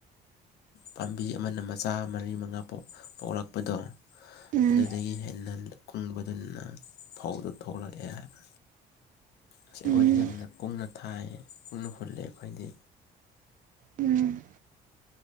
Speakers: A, on the left; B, on the right.
A: ꯄꯥꯝꯕꯤ ꯑꯃꯅ ꯃꯆꯥ ꯃꯔꯤ ꯃꯉꯥ ꯄꯣꯛꯂꯛꯄꯗꯣ
B: ꯎꯝ
A: ꯑꯗꯨꯗꯒꯤ ꯍꯦꯟꯅ ꯀꯨꯡꯕꯗꯨꯅ ꯐꯧꯗꯨ ꯊꯣꯛꯂꯛꯑꯦ ꯍꯥꯏꯕ ꯑꯁ ꯑꯩꯈꯣꯏꯗꯤ
B: ꯎꯝ
A: ꯌꯥꯝꯅ ꯀꯨꯡꯅ ꯊꯥꯏ ꯀꯨꯡꯅ ꯍꯨꯜꯂꯦ ꯑꯩꯈꯣꯏꯗꯤ
B: ꯎꯝ